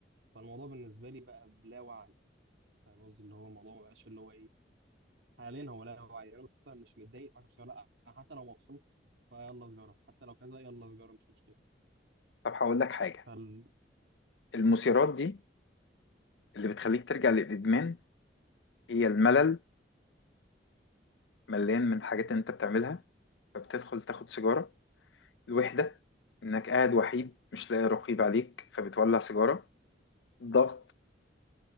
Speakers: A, on the right (about 75°); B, on the left (about 75°).
A: فالموضوع بالنسبة لي بقى بلا وعي فاهم قصدي اللي هو الموضوع ما بقاش اللي هو ايه حاليا هو لا هو يعني انا مثلا مش متضايق فعشان سجارة لا انا حتى لو مبسوط فيلا سجارة حتى لو كذا يلا سجارة مش مشكلة
B: طب هقول لك حاجة
A: فال
B: المثيرات
A: قول
B: دي اللي بتخليك ترجع للادمان هي الملل مليان من حاجات انت بتعملها فبتدخل تاخد سيجارة الوحدة انك قاعد وحيد مش لاقي رقيب عليك فبتولع سيجارة ضغط